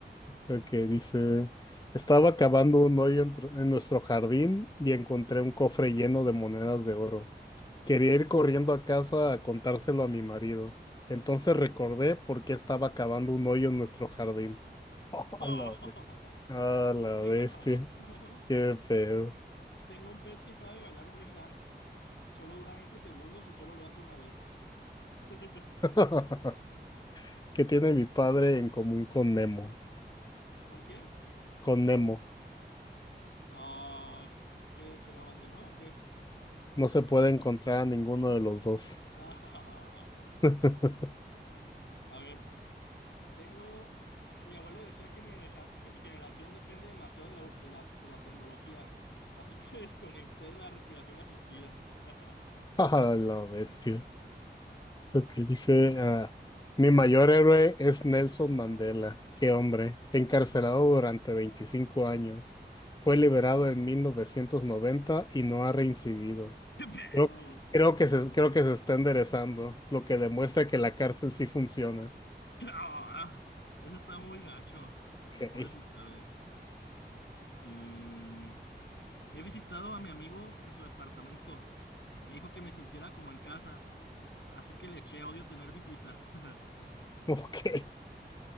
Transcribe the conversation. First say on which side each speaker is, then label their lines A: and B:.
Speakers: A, on the left; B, on the left.
A: Ok, dice, estaba cavando un hoyo en, tr- en nuestro jardín y encontré un cofre lleno de monedas de oro. Quería ir corriendo a casa a contárselo a mi marido. Entonces recordé por qué estaba cavando un hoyo en nuestro jardín. <laughs>
B: ¡Oh!
A: a la, be- a la
B: ¡Qué
A: bestia.
B: wow! <laughs>
A: Qué feo.
B: Tengo un pez que sabe bailar breakdance. Solo dura 20 segundos y solo lo hace una vez. <laughs>
A: <laughs> ¿Qué tiene mi padre en común con Nemo?
B: ¿Con quién?
A: Con Nemo.
B: Ah, ¿que, que lo abandonó o qué? <laughs>
A: No se puede encontrar a ninguno de los dos.
B: Ah,
A: <laughs>
B: a ver, Tengo, mi abuelo decía que mi, gereja- que mi generación depende demasiado de la, de la, de la tecnología, así que <laughs> desconecté de la respiración asistida. <laughs> ¿Qué
A: Ah, la bestia. Lo que dice, ah, mi mayor héroe es Nelson Mandela. Qué hombre, encarcelado durante 25 años. Fue liberado en 1990 y no ha reincidido.
B: pedo?
A: Creo, creo
B: Eso,
A: que se, creo que se está enderezando, lo que demuestra que la cárcel sí funciona.
B: <laughs> ¡Ah! Eso está muy gacho.
A: Ok,
B: A ver, pobrecito, a ver. Mm, he visitado a mi amigo en su departamento. Me dijo que me sintiera como en casa, así que le eché odio tener visitas. <laughs>
A: <laughs> ok.